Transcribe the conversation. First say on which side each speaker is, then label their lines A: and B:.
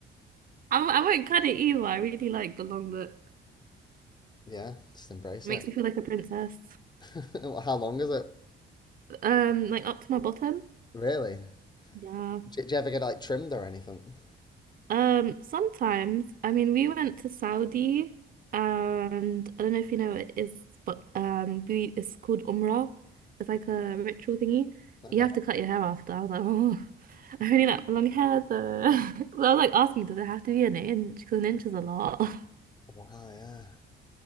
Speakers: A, on the right (about 45°); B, on the left (about 20°).
A: I, I won't cut it either. I really like the long look.
B: Yeah, just embrace
A: Makes
B: it.
A: me feel like a princess.
B: <laughs> How long is it?
A: Um, like up to my bottom.
B: Really?
A: Yeah.
B: Do, do you ever get like trimmed or anything?
A: Um, sometimes, I mean, we went to Saudi, and I don't know if you know what it is, but um, we it's called Umrah. It's like a ritual thingy.
B: Okay.
A: You have to cut your hair after. I was like, oh, <laughs> I really like long hair, so <laughs> I was like asking, does it have to be an inch? Because an inch is a lot. <laughs>
B: Wow, yeah.